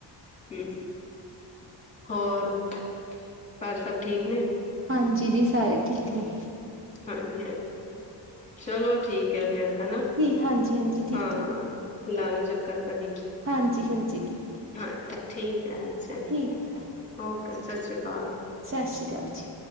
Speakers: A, on the left; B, on the right.
A: ਹੂੰ ਹੋਰ ਪਰ ਸਭ ਠੀਕ ਨੇ?
B: ਹਾਂਜੀ ਦੀ ਸਾਰੇ ਠੀਕ ਨੇ।
A: ਹਾਂਜੀ ਚਲੋ ਠੀਕ ਐ ਫੇਰ ਹਨਾ
B: ਜੀ ਹਾਂਜੀ ਹਾਂਜੀ ਠੀਕ
A: ਹਾਂ-ਹਾਂ ਲਾਨਾ ਚੱਕਰ ਕਦੀ।
B: ਹਾਂਜੀ-ਹਾਂਜੀ ਦੀ।
A: ਹਾਂਜੀ ਠੀਕ ਐ ਅੱਛਾ ਜ
B: ਠੀਕ
A: ਓਕੇ ਸਤਿ ਸ੍ਰੀ ਕਾਲ।
B: ਸਸੀ ਕਾਲ ਜੀ।